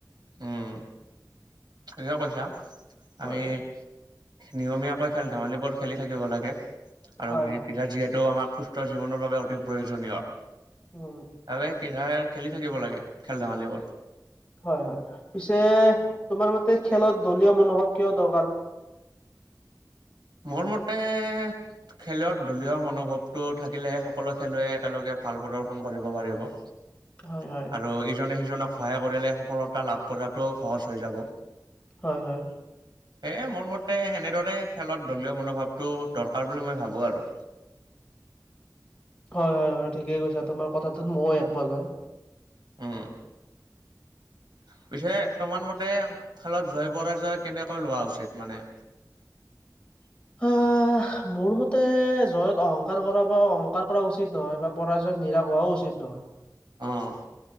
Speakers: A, on the right; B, on the left.
A: উম, ঠিকে কৈছা আমি
B: হয় হয়
A: নিয়মীয়াকৈ খেল ধেমালিবোৰ খেলি থাকিব লাগে, আৰু
B: হয়
A: <unintelligible>
B: হয়
A: যিহেতু আমাক সু জীৱনৰ বাবে অতি প্ৰয়োজনীয়।
B: উম।
A: <unintelligible> খেলি থাকিব লাগে, খেল ধেমালিবোৰ।
B: হয়, হয়, পিছে তোমাৰ মতে খেলত দলীয় মনোভাৱ কিয় দৰকাৰ?
A: মোৰ মতে খেলত দলীয় মনোভাৱটো থাকিলেহে, সকলো খেলুৱৈয়ে একেলগে ভাল প্ৰদৰ্শন কৰিব পাৰিব। <inaudible>
B: হয় হয়
A: আৰু ইজনে সিজনক সহায় কৰিলে, সফলতা লাভ কৰাটো সহজ হৈ যাব।
B: হয়, হয়।
A: এ মোৰ মতে, সেনেদৰে খেলত দলীয় মনোভাৱটো দৰকাৰ বুলি মই ভাবো আৰু।
B: হয়, হয়, হয়, ঠিকেই কৈছা। তোমাৰ কথাটোত ময়ও একমত হয়।
A: উম। পিছে তোমাৰ মতে, খেলত জয় পৰাজয় কেনেকৈ লোৱা উচিত মানে? <inaudible>
B: আহ, মোৰ মতে, জয়ত অহংকাৰ কৰা বা অহংকাৰ কৰা উচিত নহয় বা পৰাজয়ত নিৰাশ হোৱাও উচিত উচিত নহয়।
A: অ'।